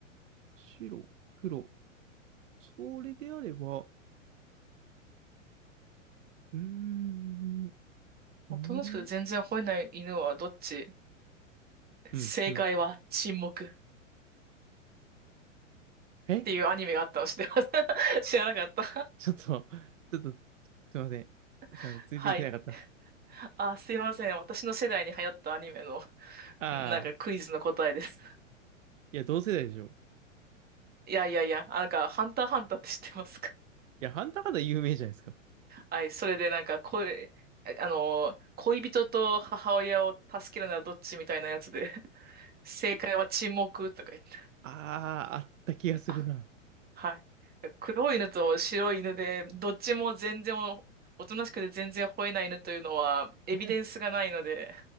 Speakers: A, on the right (about 70°); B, on the right (about 25°).
A: 白、黒。それであれば、うーん、
B: おとなしくて全然吠えない犬はどっち
A: うーん、うん、
B: 正解は沈黙っ
A: うん。え
B: ていうアニメがあったの知ってます
A: <laughs>
B: <laughs> 知らなかった
A: ちょっと、ちょっと、すいません。すいません。
B: <laughs>
A: ついていけなかったです。
B: はい。あ、すいません。私の世代に流行ったアニメの、
A: あ
B: なんかクイズの答えです。
A: いや、同世代でしょ。い
B: いやいやいや、あ、なんか、ハンターハンターって知ってますか
A: や、ハンターハンター有名じゃないですか。
B: はい。それでなんか、恋、あの、恋人と母親を助けるならどっちみたいなやつで、正解は沈黙とか言って、
A: あー、あった気がするな。
B: あはい。黒い犬と白い犬で、どっちも全然お、おとなしくて全然吠えない犬というのは、エビデンスがないので、
A: <laughs>